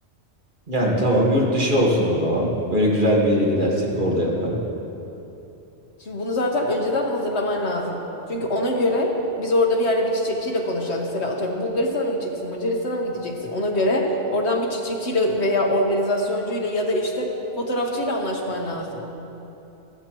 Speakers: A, on the right (about 45°); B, on the left (about 65°).
A: Yani tamam yurt dışı olsun o zaman. Böyle güzel bir yere gidersek orada yaparım.
B: Şimdi bunu zaten önceden hazırlaman lazım. Çünkü ona göre biz orada bir yerde bir çiçekçiyle konuşacağız. Mesela atıyorum Bulgaristan'a mı gideceksin, Macaristan'a mı gideceksin? Ona göre oradan bir çiçekçiyle veya organizasyoncu ile ya da işte fotoğrafçıyla anlaşman lazım.